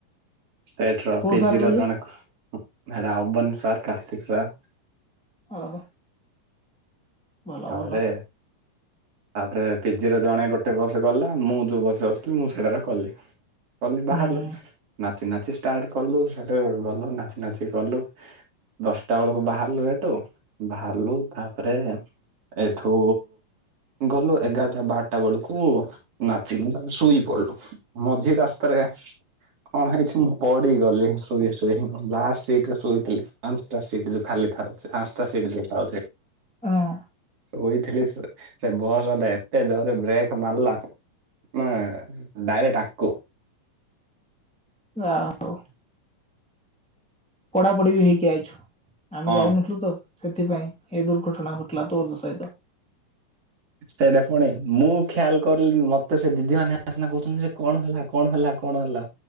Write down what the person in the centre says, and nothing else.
କୋଉ
ସାର୍ କହିଲେ
ଓହୋ। ଭଲ
ଭଲ
ହୁଁ
ହଁ
ଯା ହଉ ପଢାପଢି ବି ହେଇକି ଆଇଛୁ। ଆମେ
ଯାଇନଥିଲୁ ତ ସେଠ ଏଥିପାଇଁ ଏ ଦୁର୍ଘଟଣା ଘଟିଲା ତୋର ଦ ସହିତ।